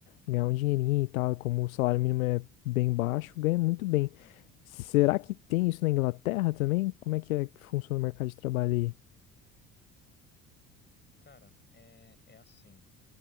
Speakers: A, on the left (about 70°); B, on the left (about 25°).
A: ganhar um dinheirinho e tal, e como o salário mínimo é bem baixo, ganha muito bem.
B: uhum.
A: Será que tem isso na Inglaterra também? Como é que é que funciona o mercado de trabalho aí?
B: Cara, é, é assim.